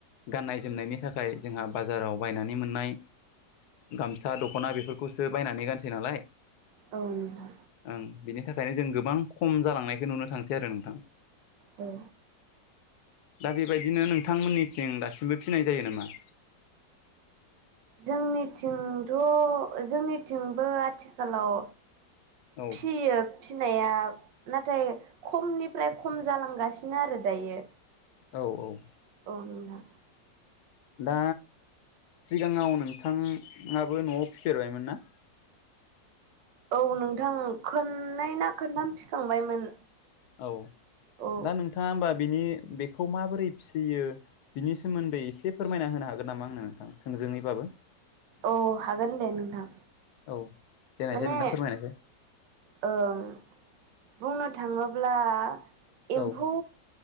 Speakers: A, on the left; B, on the right.
A: गाननाय जोमनायनि थाखाय जोंहा बाजाराव बायनानै मोननाय गामसा दख'ना बेफोरखौसो बायनानै गानसै नालाय।
B: औ <unintelligible>
A: ओं बिनि थाखायनो जों गोबां खम जालांनायखौ नुनो थांसै आरो नोंथां।
B: औ
A: दा बेबायदिनो नोंथांमोननिथिं दासिमबो फिनाय जायो नामा
B: जोंनिथिंथ' जोंनिथिंबो आथिखालाव
A: औ
B: फियो। फिनाया नाथाय खमनिफ्राय खम जालांगासिनो आरो दायो
A: औ औ।
B: औ नोंथां
A: दा सिगाङाव नोंथाङाबो न'आव फिफेरबायमोन ना
B: औ नोंथां खोननै ना खोनथाम फिखांबायमोन
A: औ
B: औ
A: दा नोंथाङा होमबा बिनि बेखौ माबोरै फिसियो बिनि सोमोन्दै एसे फोरमायना होनो हागोन नामा आंनो नोंथां थोंजोङै बाबो
B: औ हागोन दे नोंथां
A: औ देनायसाय
B: माने
A: नोंथां फोरमायनायसाय।
B: ओं बुंनो थाङोब्ला एम्फौ
A: औ